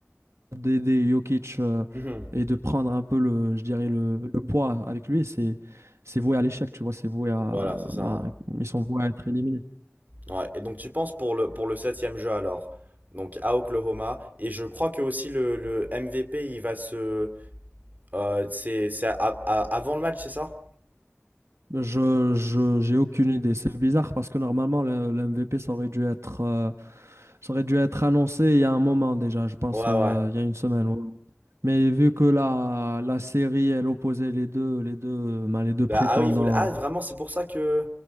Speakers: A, on the right (about 70°); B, on the right (about 35°).
A: d'aider Jokic euh,
B: Mhm.
A: et de prendre un peu le, je dirais le, le poids avec lui, c'est c'est voué à l'échec, tu vois, c'est voué à,
B: Voilà, c'est ça.
A: ben, ils sont voués à être éliminés.
B: Ouais. Et donc tu penses pour le, pour le septième jeu alors, donc à Oklahoma, et je crois que aussi le, le MVP il va se... euh, c'est, c'est à- à- avant le match, c'est ça?
A: Je, je, j'ai aucune idée. C'est bizarre parce que normalement le, le MVP ça aurait dû être, euh, ça aurait dû être annoncé il y a un moment déjà, je pense
B: Ouais,
A: euh,
B: ouais.
A: il y a une semaine. ouais. Mais vu que la, la série elle opposait les deux, les deux, ben, les deux
B: Bah,
A: prétendants.
B: ah oui, vous... Ah, vraiment, c'est pour ça que